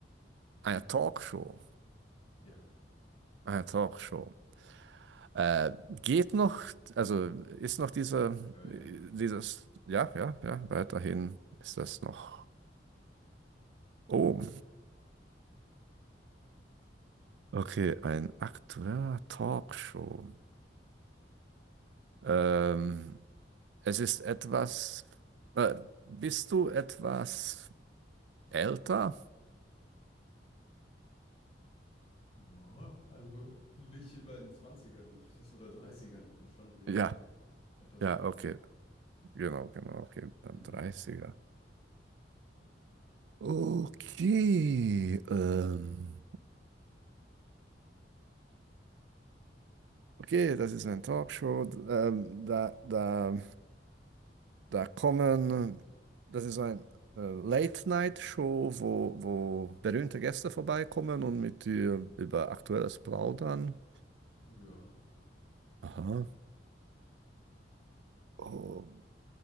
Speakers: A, on the right (about 70°); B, on the left (about 35°).
A: eine Talkshow,
B: Ja,
A: eine Talkshow. Äh, geht noch, also ist noch dieser,
B: ja, ja,
A: dieses,
B: nein.
A: ja, ja, ja, weiterhin ist
B: Ja.
A: das noch. Oh, okay, ein aktueller Talkshow. Ähm, Es ist etwas. Äh, bist du etwas älter?
B: Ja, also nicht in meinen Zwanzigern <laughs> das oder Dreißigern schon, ja,
A: Ja,
B: etwas
A: ja,
B: älter.
A: okay. Genau, genau, okay. Dann
B: Ja,
A: dreißiger. Okay. Ähm, okay, das ist eine Talkshow. Ähm, da, da, da kommen. Das ist ein. äh, Late-Night-Show, wo, wo berühmte Gäste vorbeikommen und mit dir über Aktuelles plaudern.
B: ja.
A: Aha. Oh,